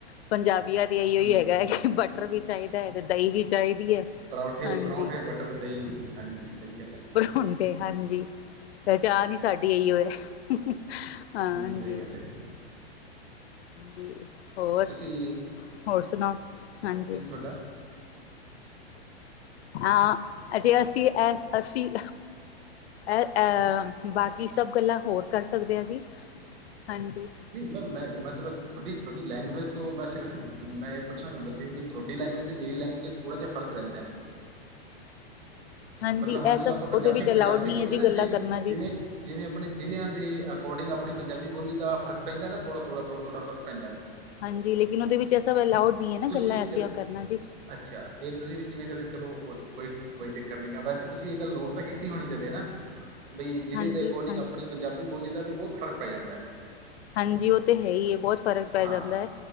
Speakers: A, on the left (about 75°); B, on the right (about 50°).
A: ਪੰਜਾਬੀਆਂ ਦੇ ਇਓ
B: ਹੂੰ
A: ਹੀ ਹੈਗਾ ਹੈ ਕਿ ਬਟਰ ਵੀ ਚਾਹੀਦਾ ਹੈ ਤੇ ਦਹੀਂ ਵੀ ਚਾਹੀਦੀ ਹੈ।
B: ਪਰੌਂਠੇ,
A: ਹਾਂਜੀ
B: ਪਰੌਂਠੇ, ਬਟਰ, ਦਹੀਂ ਹਾਂਜੀ ਸਹੀ ਗੱਲ ਹੈ।
A: ਹੁਣ ਤੇ ਹਾਂਜੀ, ਪਹਿਚਾਣ ਹੀ ਸਾਡੀ ਇਹੋ ਹੀ ਹੈ। ਹਾਂਜੀ।
B: ਸਹੀ ਗੱਲ ਹੈ ਜੀ
A: ਜੀ ਹੋਰ,
B: ਤੁਸੀਂ
A: ਹੋਰ ਸੁਣਾਓ? ਹਾਂਜੀ।
B: ਥੋਡਾ?
A: ਆ ਅਜੇ ਅਸੀਂ, ਅ ਅਸੀਂ। ਐ-ਐ ਬਾਕੀ ਸਭ ਗੱਲਾਂ ਹੋਰ ਕਰ ਸਕਦੇ ਆ ਜੀ, ਹਾਂਜੀ।
B: ਨਈ ਮੈਂ- ਮੈਂ-ਮੈ ਤਲਸ ਥੋਡੀ ਥੋਡੀ ਲੈਂਗੁਏਜ ਤੋਂ ਮੈਂ ਸਿਰਫ ਮੈਂ ਏਹ ਪੁੱਛਣਾ ਚਾਦਾ ਸੀ ਬਈ ਥੋਡੀ ਲੈਂਗੁਏਜ ਤੇ ਮੇਰੀ ਲੈਂਗੁਏਜ ਤੇ ਥੋੜ੍ਹਾ਼ ਜਾ ਫਰਕ ਰੈੰਦੈ।
A: ਹਾਂਜੀ
B: ਮਤਲਬ ਹੁਣ
A: ਇਹ
B: ਜਿਵੇਂ
A: ਸਭ
B: ਆਪਾਂ ਪੰਜਾਬੀ-ਪੰਜਾਬੀ
A: ਉਹਦੇ ਵਿੱਚ ਅਲਾਊਡ ਨਹੀਂ
B: ਬੋਲਦੇ
A: ਹੈ ਜੀ
B: ਆ ਨਾ,
A: ਗੱਲਾਂ
B: ਜਿਮ
A: ਕਰਨਾ ਜੀ।
B: ਜਿਵੇ-ਜਿਵੇਂ ਅਪਣੇ ਜ਼ਿਲ੍ਹਿਆਂ ਦੇ ਅਕੌਡਿੰਗ ਆਪਣੀ ਪੰਜਾਬੀ ਬੋਲੀ ਦਾ ਫ਼ਰਕ ਪੈੰਦੈ ਨਾ ਥੋੜਾ-ਥੋੜਾ-ਥੋੜਾ-ਥੋੜਾ ਫਰਕ ਪੈਂਦੈ।
A: ਹਾਂਜੀ, ਲੇਕਿਨ ਔਦੇ ਵਿੱਚ ਐਹ ਸਭ ਅਲਾਊਡ ਨੀ ਆ ਨਾ
B: ਤੁਸੀਂ
A: ਗੱਲਾਂ
B: ਵੀ
A: ਐਸੀਆਂ
B: ਕਦੇ
A: ਕਰਨਾ ਜੀ।
B: ਅੱਛਾ, ਏ ਤੁਸੀਂ ਵੀ ਜਿਵੇਂ ਕਦੇ ਚਲੋ ਕੋਈ-ਕੋਈ ਚੱਕ ਕਰਨੇ ਗੈ ਵੈਸੇ ਤੁਸੀਂ ਏ ਗੱਲ ਨੋਟ ਤੇ ਕੀਤੀ ਹੋਣੀ ਕਦੇ ਨਾ, ਬਈ ਜ਼ਿਲ੍ਹੇ
A: ਹਾਂਜੀ
B: ਦੇ ਅਕੋਰਡਿੰਗ
A: ਹਾਂਜੀ।
B: ਅਪਣੀ ਪੰਜਾਬੀ ਬੋਲੀ ਦਾ ਵੀ ਬਹੋਤ ਫ਼ਰਕ ਪੈ ਜਾਂਦੈ।
A: ਹਾਂਜੀ, ਓ ਤੇ ਹੈ ਈ ਆ ਬਹੁਤ ਫ਼ਰਕ ਪੈ
B: ਹਾਂ
A: ਜਾਂਦੈ,